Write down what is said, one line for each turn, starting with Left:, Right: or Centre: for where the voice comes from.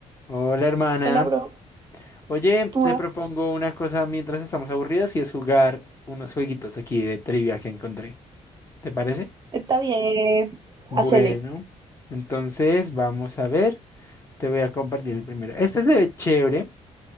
Left: Hola, hermana.
Right: Hola, bro.
Left: Oye,
Right: ¿Cómo
Left: te
Right: vas?
Left: propongo una cosa mientras estamos aburridos y es jugar unos jueguitos aquí de trivia que encontré. ¿Te parece?
Right: Está bien.
Left: Bueno,
Right: Hacele.
Left: entonces vamos a ver. Te voy a compartir el primero. Este se ve chévere.